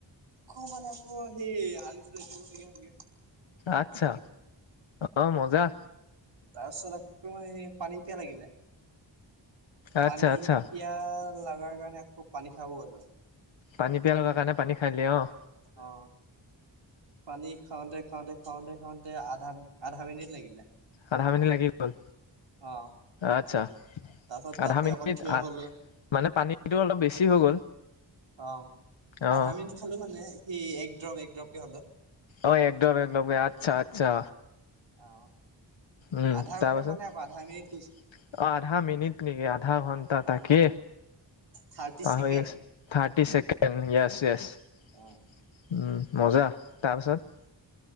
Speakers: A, on the right; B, on the left.
A: আ মানে আকৌ সেই আলিটো দিবলগীয়া হয়াগে
B: আচ্ছা অ মজা
A: তাৰপিছত আকৌ এই পানী পিয়াহ লাগিলে
B: আচ্ছা
A: পানী
B: আচ্ছা
A: পিয়াহ লগাৰ কাৰণে এক খোব পানী খাব গ'লো
B: পানী পিয়া লগা কাৰণে পানী খাই দিলি অহ
A: অ পানী খাওঁতে খাওঁতে খাওঁতে খাওঁতে আধা আধা মিনিট লাগিলে
B: আধ়া মিনিট লাগি গ'ল
A: অ
B: আচ্ছা।
A: তাৰপাছত
B: আধা
A: তাতে
B: মিনিট
A: অকণ থিয় হলো
B: মানে পানীতটো অলপ বেছি হৈ গ'ল।
A: অ
B: অ',
A: আধা মিনিট খালো মানে সি এক ড্ৰপ এক ড্ৰপকে হলো
B: অ' একদম, একদম আচ্ছা, আচ্ছা
A: অ।
B: উম'
A: আধা
B: তাৰপাছত
A: ঘন্টা কোৱা নাই আকৌ আধা মিনিট কৈছো
B: অ' আধা মিনিট নেকি? আধা ঘন্টা
A: অ
B: তাকে
A: থাৰ্টি
B: পাহৰি,
A: ছেকেণ্ড
B: থাৰ্টি ছেকেণ্ড য়েছ-য়েছ।
A: অ
B: মজা তাৰপিছত।